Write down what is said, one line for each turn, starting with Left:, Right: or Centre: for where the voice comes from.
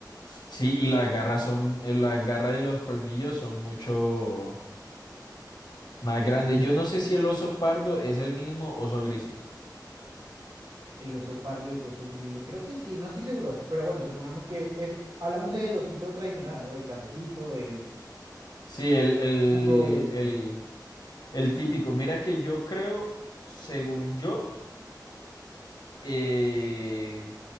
Left: Sí, y las garras son, eh, las garras de los colmillos son mucho más grandes. Yo no sé si el oso pardo es el mismo oso grizzly.
Right: El oso pardo y el oso grizzly. Creo que sí, no estoy seguro. Pero bueno, supongamos que es, hablamos del osito tradicional, ¿no? El cafecito, el,
Left: Sí, el, el,
Right: el duro, el...
Left: el, el típico. Mira que yo creo, según yo, eh,